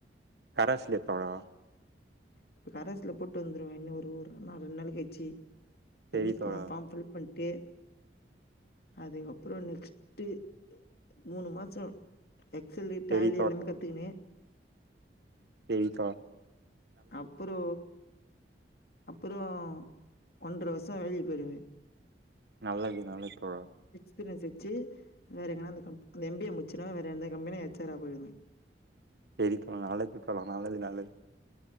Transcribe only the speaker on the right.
கரஸ்ல இருக்காங்களா
செரி
தோழா
செரி
செரிக்கா
நல்லது நல்ல தோழா
செரி தோழா நல்லது தோழா நல்லது நல்லது